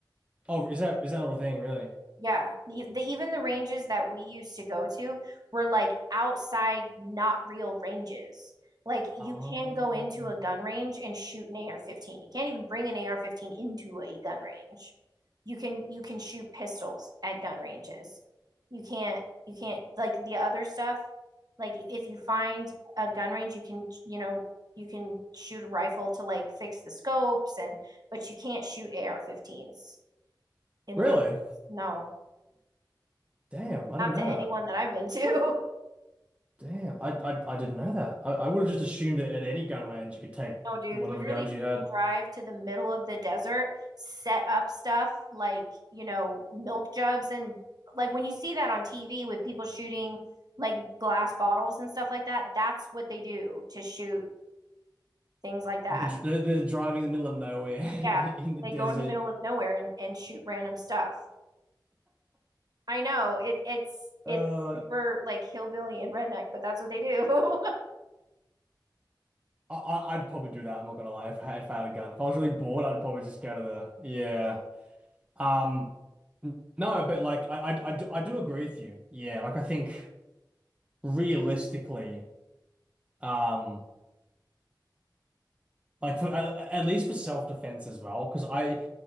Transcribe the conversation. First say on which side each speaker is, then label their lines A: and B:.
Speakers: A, on the right (about 15°); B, on the right (about 55°).
A: oh, is that is that a thing really?
B: Yeah, the, the even the ranges that we used to go to were like outside, not real ranges. Like you
A: Oh,
B: can't go into a gun range and shoot an AR-15. You can't even bring an AR-15 into a gun range. You can you can shoot pistols at gun ranges. You can't you can't like the other stuff. Like if you find a gun range, you can you know you can shoot a rifle to like fix the scopes and but you can't shoot AR-15s in
A: really?
B: the ranges. No.
A: Damn, I
B: Not
A: didn't know
B: to anyone
A: that.
B: that I've been to. <laughs>
A: Damn, I I, I didn't know that. I, I would have just assumed that at any gun range you could take
B: No, dude,
A: whatever
B: literally
A: guns you
B: people
A: had.
B: drive to the middle of the desert, set up stuff like, you know, milk jugs and like when you see that on TV with people shooting like glass bottles and stuff like that, that's what they do to shoot things like that.
A: The, the, the driving in the middle of nowhere <laughs>
B: Yeah,
A: in the
B: they
A: desert.
B: go in the middle of nowhere and, and shoot random stuff. I know it it's
A: Uh,
B: it's super like hillbilly and redneck, but that's what they do. <laughs>
A: I, I- I'd probably do that. I'm not gonna lie. If I, if I had a gun, if I was really bored, I'd probably just go to the yeah. Um, no, but like I, I, I do, I do agree with you. Yeah, like I think realistically, um, like for at, at least for self-defense as well, because I